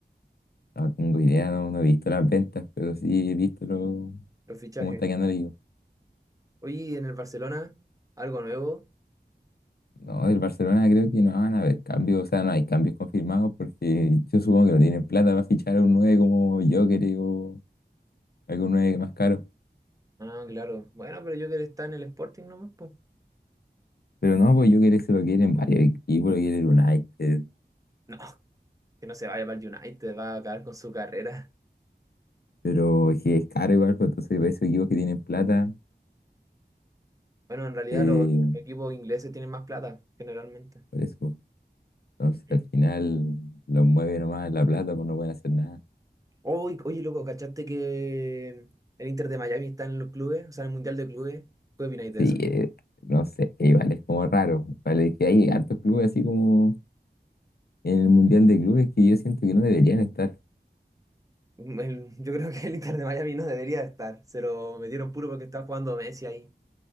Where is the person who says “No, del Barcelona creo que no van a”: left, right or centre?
Left